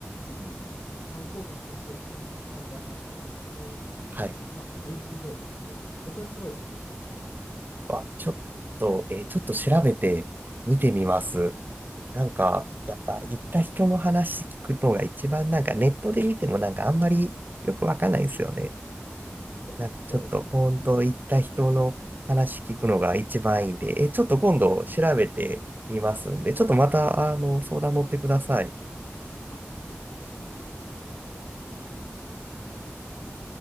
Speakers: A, on the left; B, on the right.
A: うん、観光客として行くんだったらダナンなんですけど、
B: はい。
A: まあ、ビーチリゾートですね。僕はすごい好きでした、ダナン。
B: わ、ちょっと、えーちょっと調べて見てみます。
A: ゆっくりできて。はい。
B: なんか、
A: いや、
B: やっぱ行った人の話聞くのが一番なんかネットで見てもなんかあんまりよくわかんないですよね。
A: ぜひぜひ。いや、
B: なんかちょっと本当行った人の話聞くのが一番いいんで、
A: そうですね。<laughs> はい。
B: え、ちょっと今度調べてみますんで、ちょっとまたあの相談乗ってください。
A: あ、いや、ぜひ、またお願いします。お話聞かせてください。